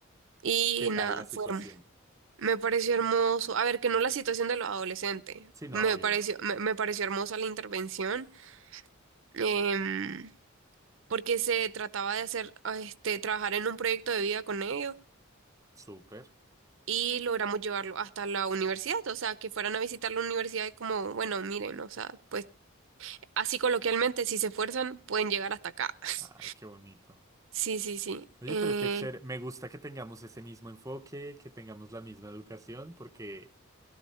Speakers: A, on the right; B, on the right.
A: Y nada,
B: tal la situación?
A: fue hermoso. Me pareció hermoso. A ver, que no la situación de los adolescentes.
B: Sí, no,
A: Me
B: obvio.
A: pareció, me, me pareció hermosa la intervención. em, porque se trataba de hacer, ah, este, trabajar en un proyecto de vida con ellos.
B: Súper.
A: Y logramos llevarlo hasta la universidad. O sea, que fueran a visitar la universidad y como, bueno, miren, o sea, pues así coloquialmente, si se esfuerzan, pueden llegar hasta acá. <laughs>
B: Ay, qué bonito.
A: Sí, sí, sí.
B: Oye,
A: Eh,
B: pero qué chévere. Me gusta que tengamos ese mismo enfoque, que tengamos la misma educación, porque,